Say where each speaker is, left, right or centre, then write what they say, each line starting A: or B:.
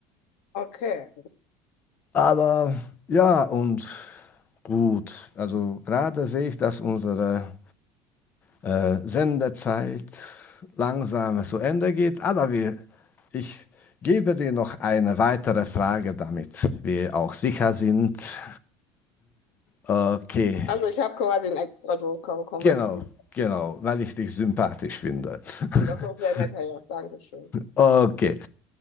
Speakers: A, on the left; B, on the left.
A: Okay.
B: Aber ja, und gut, also gerade sehe ich, dass unsere äh, Sendezeit langsam zu Ende geht, aber wir, ich gebe dir noch eine weitere Frage, damit wir auch sicher sind. Okay,
A: Also ich habe quasi einen extra Druck bekommen,
B: genau,
A: weil ich so gut
B: genau, weil ich dich sympathisch finde.
A: Das
B: <laughs>
A: ist sehr nett, Herr Joch. Dankeschön.
B: Okay.